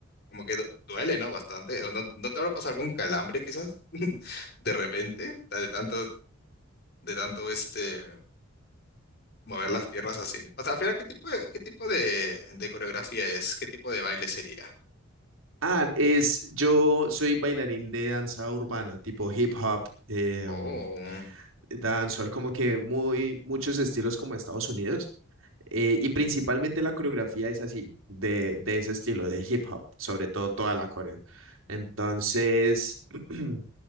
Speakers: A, on the left (about 50°); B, on the right (about 70°).
A: Como que du- duele, ¿no? Bastante. ¿O ¿No, no te habrá pasado algún calambre quizás <laughs> de repente? Ta- De tanto, de tanto este, mover las piernas así. O sea, al final, ¿qué tipo de, qué tipo de, de coreografía es? ¿Qué tipo de baile sería?
B: Ah, es, yo soy bailarín de danza urbana, tipo hip hop, em,
A: Oh.
B: dancehall, como que muy, muchos estilos como Estados Unidos. eh, y principalmente la coreografía es así, de, de ese estilo, de hip hop, sobre todo toda la coreo. Entonces, <clears throat>